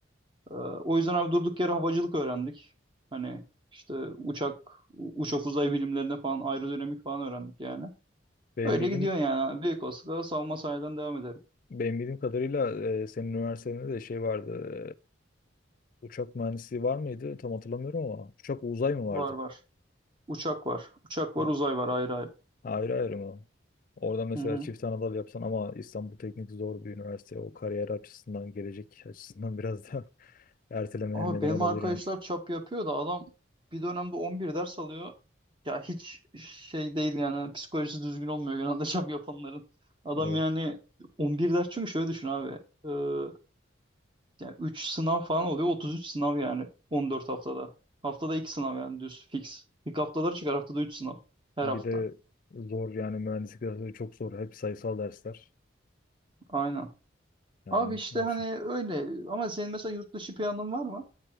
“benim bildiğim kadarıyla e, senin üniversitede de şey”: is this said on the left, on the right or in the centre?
Left